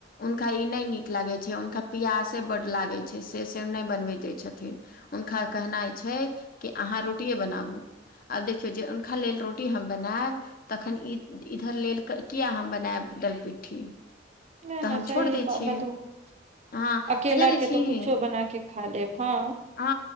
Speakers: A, on the left; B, on the right.
A: हुनका ई नहि नीक लागे छै हुनका पियासे बड लागे छै से से नहि बनबे देय छथिन हुनका कहनाइ छै कि अहाँ रोटिए बनाबू आब देखियौ जे हुनका लेल रोटी हम बनायब तखन ई इधर लेल किया हम बनायब दलपिट्ठी
B: नहि
A: तऽ
B: नहि
A: हम
B: सहि
A: छोड़ दै
B: ब
A: छियै
B: बता उऽ
A: हँ
B: अकेल
A: आ जानै
B: के
A: छी
B: तो कुछो बना के खा लेब हँ
A: हँ